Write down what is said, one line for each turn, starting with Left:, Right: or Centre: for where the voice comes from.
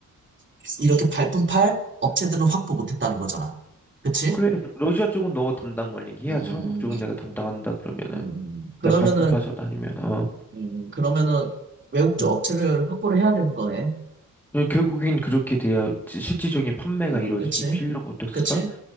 Right: 이렇게 발품 팔 업체들은 확보 못했다는 거잖아. 그치?
Centre: 그래, 러시아 쪽은 너가 담당 말링 해야
Right: 음,
Centre: 한국 쪽은 내가 담당한다 그러면은
Right: 음, 그러면은,
Centre: 내가 발품 빠져다니면 어.
Right: 음, 그러면은 외국 쪽
Centre: 음.
Right: 업체를 확보를 해야 되는 거네.
Centre: 그냥 결국엔 그렇게 돼야 지- 실질적인 판매가
Right: 어,
Centre: 이루어지기
Right: 그치?
Centre: 필러 보톡스가
Right: 그치?